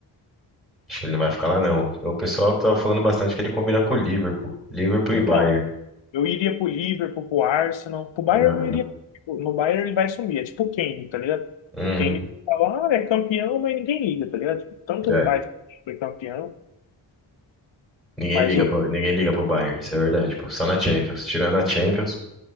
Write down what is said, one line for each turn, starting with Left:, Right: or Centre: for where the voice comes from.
Centre: Acho que ele não vai ficar lá, não. O pessoal tá falando bastante que ele combina com o Liverpool. Liverpool
Left: Então,
Centre: e Bayern.
Left: eu iria pro Liverpool, pro Arsenal, pro Bayern
Centre: Aham.
Left: eu não iria. Tipo, No Bayern ele vai sumir, é tipo o Kane, tá ligado?
Centre: Uhum.
Left: O Kane fala, ah, é campeão, mas ninguém liga, tá ligado? Tipo, Tanto
Centre: É.
Left: faz, que foi campeão,
Centre: Ninguém
Left: mas
Centre: liga
Left: eu.
Centre: pro, ninguém liga pro Bayern, isso é verdade, pô. Só na Champions. Tirando a Champions.